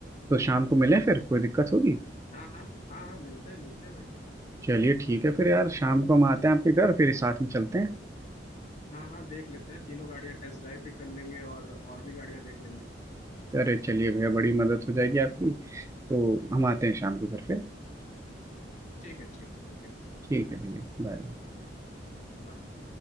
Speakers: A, on the right; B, on the left.
A: तो शाम को मिलें फिर कोई दिक्कत होगी
B: हाँ हाँ हाँ हाँ मिलते हैं मिलते हैं भाई
A: चलिए ठीक है फिर यार शाम को हम आते
B: चल
A: हैं आपके घर फिर साथ में चलते हैं
B: हाँ हाँ देख लेते हैं तीनों गाड़ियाँ टेस्ट ड्राइव भी कर लेंगे और और भी गाड़ियाँ देख लेंगे
A: अरे चलिए भैया बड़ी मदद हो जाएगी आपकी तो हम आते हैं शाम को घर फिर
B: ठीक है ठीक ओके
A: ठीक है भैया बाय
B: बाय